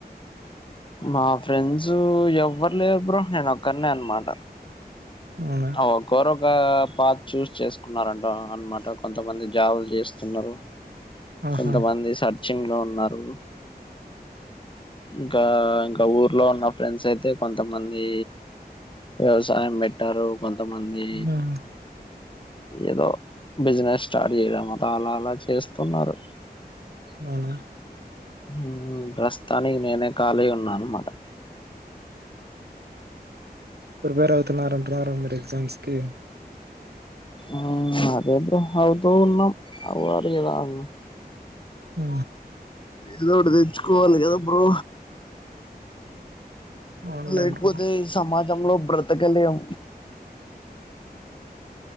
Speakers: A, on the left; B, on the right.
A: మా ఫ్రెండ్స్ ఎవరు లే బ్రో నేనొక్కడినే అనమాట
B: అవునా
A: ఒకోరొక పాత్ చూస్ చేసుకున్నారనమాట కొంతమంది జాబులు చేస్తున్నారు
B: ఆహా
A: కొంతమంది సర్చింగ్ లో ఉన్నారు ఇంకా ఇంకా ఊర్లో ఉన్న ఫ్రెండ్స్ అయితే కొంతమంది వ్యవసాయం పెట్టారు కొంతమంది
B: ఉమ్,
A: ఏదో బిజినెస్ స్టార్ట్ చేయడం అతా అలా అలా చేస్తున్నారు
B: అవునా
A: ఊ ప్రస్తుతానికి నేనే ఖాళీ ఉన్నా అనమాట
B: ప్రిపేర్ అవుతున్నారు అంటున్నారు మీరు ఎగ్సామ్స్ కి
A: ఆ అదే బ్రో అవుతూ ఉన్నాం <unintelligible>
B: ఊ
A: ఇదో ఒకటి తెచ్చుకోవాలి కదా బ్రో
B: అవునులే
A: లేకపోతే
B: బ్రో
A: ఈ సమాజంలో బ్రతకలేం